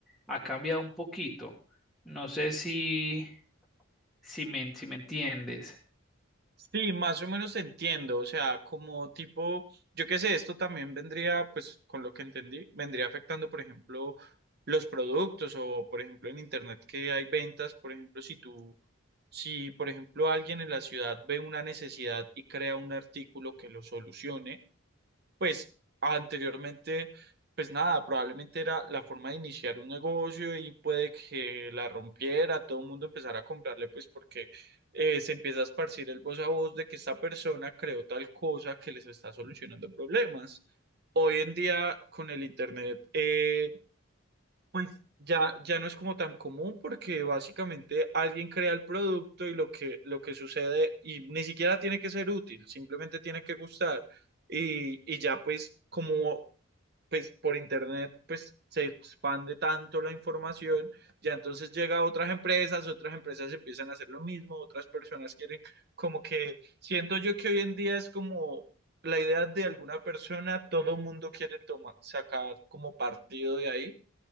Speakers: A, in the centre; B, on the right (about 50°).
A: ha cambiado un poquito. No sé si, si me, si me entiendes.
B: Sí, más o menos entiendo, o sea, como tipo, yo qué sé, esto también vendría, pues con lo que entendí, vendría afectando, por ejemplo, los productos o, por ejemplo, en Internet que hay ventas, por ejemplo, si tú, si, por ejemplo, alguien en la ciudad ve una necesidad y crea un artículo que lo solucione, pues anteriormente, pues nada, probablemente era la forma de iniciar un negocio y puede que la rompiera, todo el mundo empezara a comprarle, pues porque eh, se empieza a esparcir el voz a voz de que esta persona creó tal cosa que les está solucionando problemas. Hoy en día, con el Internet, eh, pues ya, ya no es como tan común porque básicamente alguien crea el producto y lo que, lo que sucede y ni siquiera tiene que ser útil, simplemente tiene que gustar. Y, y ya pues como pues por internet pues se expande tanto la información, ya entonces llega a otras empresas, otras empresas empiezan a hacer lo mismo, otras personas quieren como que siento yo que hoy en día es como la idea de alguna persona, todo mundo quiere tomar, sacar como partido de ahí